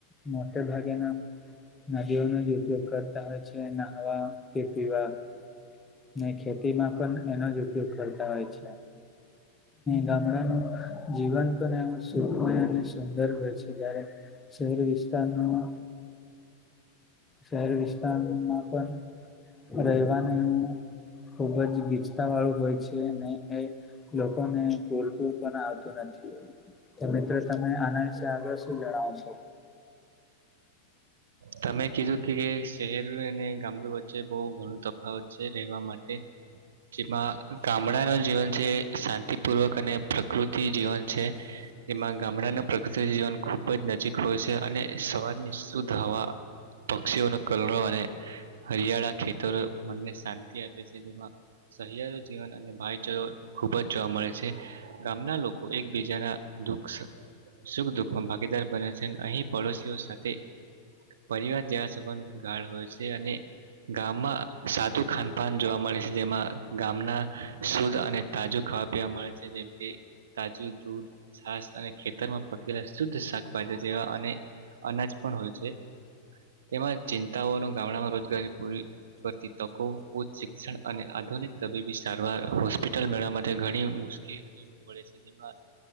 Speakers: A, on the left; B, on the right.
A: મોટે ભાગે ના નદીઓનો જ ઉપયોગ કરતા હોય છે જે નાહવા કે પીવા ને ખેતી માં પણ એનો જ ઉપયોગ કરતા હોય છે ગામડાનું જીવન પણ એવ સુખમય અને સુંદર હોય છે જ્યારે શહેરી વિસ્તારનો શહેર વિસ્તારમાં પણ રહેવાને હું ખુબ જ ગીચતા વાળું હોય છે એ લોકો ને બોલતું પણ આવતું નથી તો મિત્રો તમે આના વિશે આગળ શું જણાવશો
B: તમે કીધું કે શહેર અને ગામડું વચ્ચે બહ ઘણું ત હો છે રહેવા માટે જેમાં ગામડા નુ જીવન છે. શાંતિપૂર્વક અને પ્રકૃતિ જીવન છે એમાં ગામડા પ્રક જીવન ખૂબ જ નજીક હોય છે અને સવારની શુદ્ધ હવા પક્ષીઓનો કલરો અને હરિયાળા ખેતરો મનને શાંતિ આપે છે જેમાં સહિયારો જીવન અને ભાઈચારો ખુબ જ જોવા મળે છે. ગામના લોકો એકબીજાના દુખ સુખ દુઃખમાં ભાગીદાર બને છે અને અહીં પડોશીઓ સાથે પરિવાર જેવા સંબંધ ગાળ હોય છે અને ગામમાં સાદું ખાનપાન જોવા મળે છે જેમાં ગામના શુદ્ધ અને તાજુ ખવા મળે છે જેમ કે તાજું દૂધ છાસ અને ખેતર માં પકેલા શુદ્ધ શાકભાજી જેવા અને અનાજ પણ હોય છે એમાં ચિંતાઓનું ગામડામાં રોજગારી પૂરી કરતી તકો ઉચ્ચ શિક્ષણ અને આધુનિક તબીબી સારવાર હોસ્પિટલ મેળવવા માટે ઘણી મુશ્કેલી પડે છે જેમાં